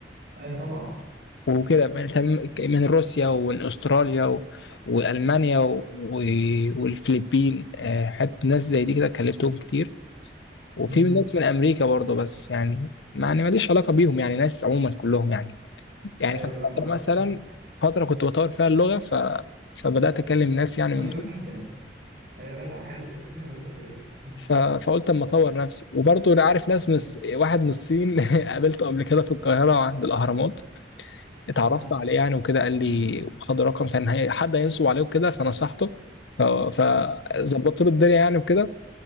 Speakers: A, on the right; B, on the left.
A: أيوه طبعا
B: وكده من من روسيا ومن استراليا و... والمانيا و... والفلبين آه، حتى ناس زي دي كده كلمتهم كتير وفي
A: امم
B: من ناس من امريكا برضه بس يعني ما يعني ماليش علاقه بيهم يعني ناس عموما كلهم يعني يعني
A: ايوه
B: كان
A: فاهم
B: فتره
A: قصدك
B: مثلا
A: فاهم قصدك
B: فتره كنت بطور فيها اللغه ف... فبدات اكلم ناس يعني
A: مهمة
B: من دول
A: جدا ايوه جدع حلو فكرة حلو الفكرة جدا اه
B: ف... فقلت اما اطور نفسي وبرضه انا عارف ناس مس...
A: مم.
B: واحد من الصين <laughs> قابلته قبل كده في القاهره عند الاهرامات اتعرفت
A: اه
B: عليه يعني وكده قال لي خد رقم كان هي حد هينصب عليه وكده فنصحته ف- فظبطت
A: مم.
B: له الدنيا يعني وكده